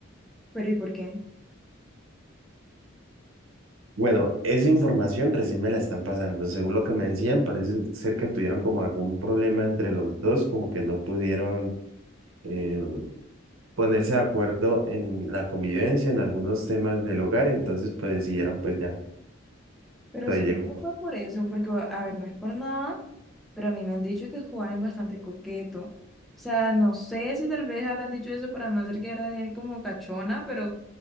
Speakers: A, in the centre; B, on the right.
A: pero ¿y por qué?
B: Bueno, esa información recién me la están pasando. Según lo que me decían, parece ser que tuvieron como algún problema entre los dos, como que no pudieron eh, ponerse de acuerdo en la convivencia, en algunos temas del hogar, entonces pues decidieron pues ya,
A: Pero
B: hasta
A: seguro
B: ahí llegó.
A: fue por eso, porque, a ver, no es por nada, pero a mí me han dicho que Juan es bastante coqueto. O sea, no sé si tal vez habrán dicho eso para no hacer que era de él como cachona, pero